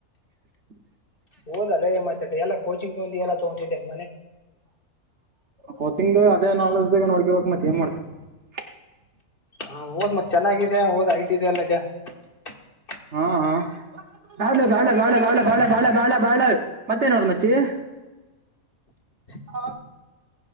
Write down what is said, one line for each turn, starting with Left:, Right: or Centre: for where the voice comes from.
Right: <inaudible>
Left: ಹೋಧಲೈ, ಮತ್ತೆ, ಎಲ್ಲ, ಕೋಚಿಂಗ್ ತಗೊಂಡಿದ್ದ, ಎ ತಗೊಂಡಿದ್ದಿಯಾ, ನೀನು? <inaudible>
Right: ಕೋಚಿಂಗ್, ಅದೇ ನಾಲೆಜ್? <inaudible> ನೋಡ್, ಹಕ್ ಮತ್ತ ಮಾಡ. <unintelligible>
Left: ಹಾ, ಹಓದ್ ಮತ್ ಚೆನ್ನಾಗಾಗಿದೆ ಓದ್ ಐಟ್ದೆಲ್ಲ ಇದ. <inaudible>
Right: ಹಾ ಹಾ, ಧಾಡು, ಧಾಡು. <unintelligible> ಬಾಳ, ಬಾಳ, ಬಾಳ,
Left: ಹಾ
Right: ಬಾಳ ಬಾಳ ಬಾಳ್ಳು.. <unintelligible> ಮತ್ತೇ, ನೋಡುದು, ಮಚಿ. <inaudible>
Left: ಪ
Right: ಹಾ